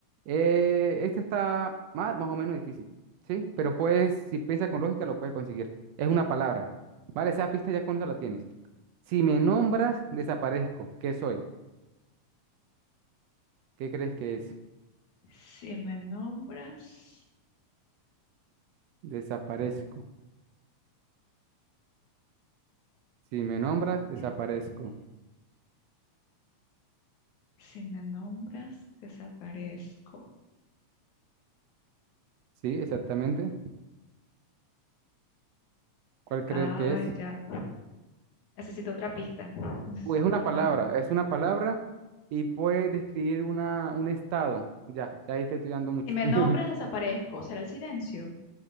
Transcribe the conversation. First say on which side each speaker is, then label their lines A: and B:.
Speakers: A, on the right (about 70°); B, on the left (about 80°).
A: eh, este está más, más o menos difícil, ¿sí? Pero puedes, si piensas con lógica, lo puedes conseguir. Es una palabra, ¿vale? Esa pista ya con eso la tienes. Si me nombras, desaparezco. ¿Qué soy? ¿Qué crees que es?
B: Si me nombras,
A: Desaparezco. Si me nombras, desaparezco.
B: <laughs> si me nombras, desaparezco.
A: ¿Sí? Exactamente. ¿Cuál crees
B: Ah,
A: que es?
B: ya. Necesito otra pista. Necesito
A: Uy, es una
B: otra
A: palabra,
B: una.
A: es una palabra y puede describir una, un estado. Ya, ya ahí te estoy dando mucho.
B: Si me
A: <laughs>
B: nombras, desaparezco. ¿Será el silencio?